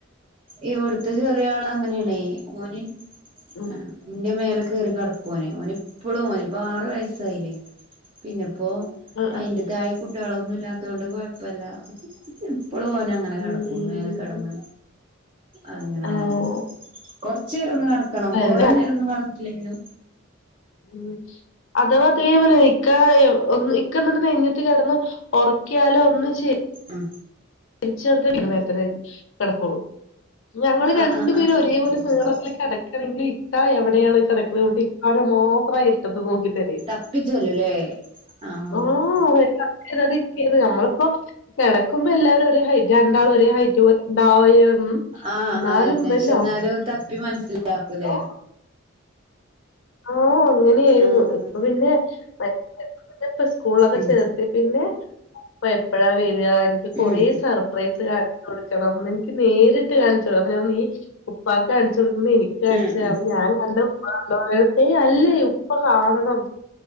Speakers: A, on the right; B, on the left.
A: ഇവിടുത്തെ ചെറിയ ആൾ അങ്ങനെയണെ ഓന്.
B: ഉം
A: ആ എന്റെ മേലെ കേറി കെടക്കൊന് ഓനിപ്പളും ഓ ഇപ്പൊ ആറ് വയസായില്ലേ പിന്നെപ്പോ
B: ഉം
A: അയിന്റതായ കു കുട്ട്യാളൊന്നും ഇല്ലാത്തോണ്ട് കൊയപ്പില്ല ഇപ്പളു ഓനങ്ങനെ
B: ഉം
A: കെടക്കും മേല കെടന്ന്. അങ്ങനെ
B: ആഹ്
A: ഒറങ്ങും കൊറച്ചേരൊന്നു കെടക്കണം കൊറേ
B: അല്ല
A: നേരൊന്നു കെ ഇല്ലെങ്കിലൊ.
B: ഉം അഥവാ തേ പോലെ ഒരിക്കെ <unintelligible> ഇക്ക ന്നിട്ട് നെഞ്ഞത്ത് കെടന്നു. ഉറക്കിയാലോ ഒന്ന് ചെ
A: ഉം.
B: രിച്ചെടുത്ത് <unintelligible> കെടക്കൂ. ഞങ്ങള്
A: ആഹ്
B: രണ്ടുപേരും
A: ആഹ് ആഹ് ആഹ്
B: ഒരേപോലെ വീളത്തിലേ കെടക്കണെങ്കിൽ ഇക്കാ എവിടെയാണ് കെട <unintelligible> മാത്രാ ഇര്ട്ടത്ത് നോക്കി
A: തപ്പി ചെല്ലുലേ ആഹ്
B: ആ <unintelligible> നമ്മളിപ്പോ. കിടക്കുമ്പോ എല്ലാരും ഒരേ ഹൈറ്റ് രണ്ടാളും ഒരേ ഹൈറ്റ് പോലെ ഉണ്ടാ ഉം
A: ആഹ്
B: എന്നാലും
A: അയെന്നെ
B: വൻ.
A: പക്ഷെ എന്നാലും തപ്പി മനസ്സിലാക്കൂലേ
B: <unintelligible> ആഹ് അങ്ങനെയായിരുന്നു
A: ആഹ്
B: ഇപ്പൊ പിന്നെ വ പ്പ സ്കൂളൊക്കെ
A: ഉം
B: ചേർത്തി പിന്നെ. പ്പ എപ്പഴാ വരാ എനിക്ക് കൊറെേ
A: ഉം
B: സർപ്രൈസ് കാണ് കൊടുക്കണം എനിക്ക് നേരിട്ട് കാണിച്ചൊ അപ്പ ഞാൻ നീ ഉപ്പ കാണിച്ചു കൊടുക്കുമ്പൊ എനിക്ക് കാണിച്ച
A: ഉം ഉം
B: അപ്പൊ ഞാൻ. <unintelligible> ഏയ് അല്ലേ ഉപ്പ കാണണം.